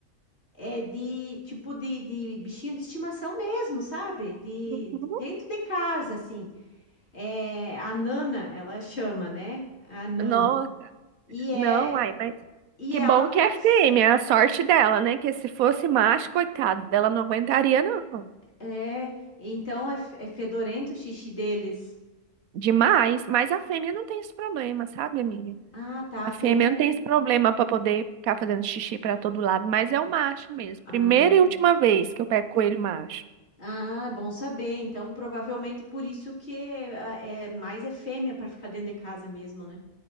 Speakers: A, on the left; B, on the right.
A: É de tipo de, de bichinho de estimação mesmo, sabe? De,
B: Uhum.
A: de- dentro de casa, assim. É, a Nana, ela chama, né? A Nana.
B: Nossa,
A: E é
B: não, ai, mas.
A: e
B: Que
A: ela
B: bom
A: fica
B: que é fêmea,
A: s-
B: é a sorte dela, né? Que se fosse macho, coitado, ela não aguentaria, não.
A: é, então é, f- é fedorento o xixi deles.
B: Demais. Mas a fêmea não tem esse problema, sabe, amiga?
A: Ah, tá,
B: A
A: a fêmea.
B: fêmea não tem esse problema pra poder ficar fazendo xixi pra todo lado, mas é o macho mesmo.
A: Ah,
B: Primeira e última vez que eu pego coelho macho.
A: ah, é bom saber. Então, provavelmente por isso que ah, é mais é fêmea para ficar dentro de casa mesmo, né?